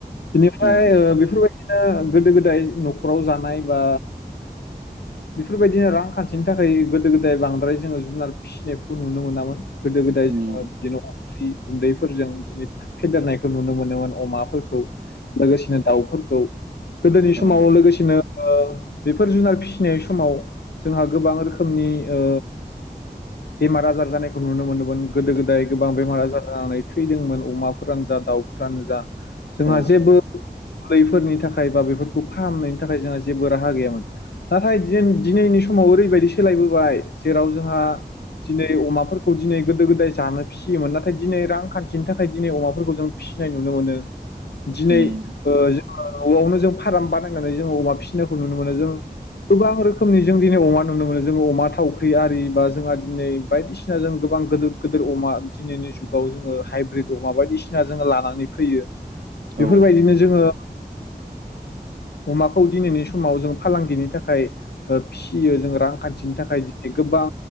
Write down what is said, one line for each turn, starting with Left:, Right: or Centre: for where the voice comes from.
Left: बेनिफ्राय
Right: औ
Left: ओ बेफोरबायदि बिदिनो गोदो गोदाय नखराव जानाय बा बेफोरबायदिनो रांखान्थिनि थाखाय गोदाय बांद्राय जोङ जुनार फिसिनायखौ खौ नुनो मोनामोन गोदो गोदाय
Right: उम
Left: जोङो बिन फ्रि गुन्दैफोरजों जि फेदेरनायखौ नुनो मोनोमोन अमाफोरखौ लोगोसेनो दाउफोरखौ गोदोनि
Right: औ
Left: समाव लोगोसेनो ओ बेफोर जुनार फिसिनाय समाव जोंहा गोबां रोखोम रोखोमनि ओ बेमार आजार जानायखौ नुनो मोनदोंमोन गोदो गोदाय गोबां बेमार आजार जानानै थैदोंमोन अमाफोरानो जा दाउफोरानो जा जोंहा
Right: औ
Left: जेबो गैयिफोरनि थाखाय बा बेफोरखौ फाहामनायनि थाखाय जोंहा जेबो राहा गैयामोन नाथाय दिनैनि समाव ओरैबायदि सोलायबोबाय जेराव जोंहा दिनै अमाफोरखौ दिनै गोदो गोदाय जानो फिसियोमोन नाथाय दिनै रांखान्थिनि थाखाय दिनै अमाफोरखौ जों फिसिनाय नुनो मोनो। दिनै
Right: उम
Left: ओ जों। नआवनो जों फाराम बानायनानै जों अमा फिसिनायखौ नुनो मोनो जों गोबां रोखोम रोखोमनि जों दिनै अमा नुनो मोनो। जोङो अमा थावख्रि आरि बा जोंहा दिनै बायदिसिना जों गोबां गिदिर गदिर अमा दिनैनि जुगाव जोङो हाइब्रिद अमा बायदिसिना जोङो लानानै फैयो
Right: औ
Left: बेफोरबायदिनो जोङो। अमाखौ दिनैनि समाव जों फालांगिनि थाखाय फिसियो जों रां खान्थिनि थाखाय दिनै गोबां।